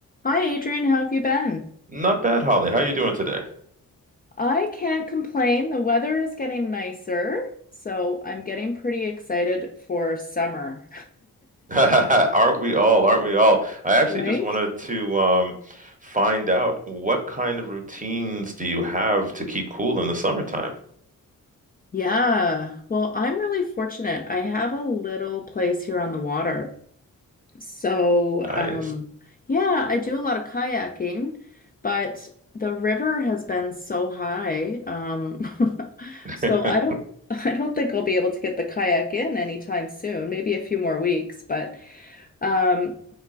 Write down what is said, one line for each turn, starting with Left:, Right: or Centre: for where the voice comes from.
Left: Hi, Adrian. How have you been?
Right: Not bad, Holly. How you doing today?
Left: I can't complain. The weather is getting nicer, so I'm getting pretty excited for summer.
Right: <laughs> Aren't we all? Aren't we all? I actually
Left: Right?
Right: just wanted to um, find out what kind of routines do you have to keep cool in the summertime?
Left: Yeah. Well, I'm really fortunate. I have a little place here on the water. So,
Right: I,
Left: um, yeah, I do a lot of kayaking, but the river has been so high. Um, <laughs>
Right: <laughs>
Left: so I don't I don't think I'll be able to get the kayak in anytime soon, maybe a few more weeks, but um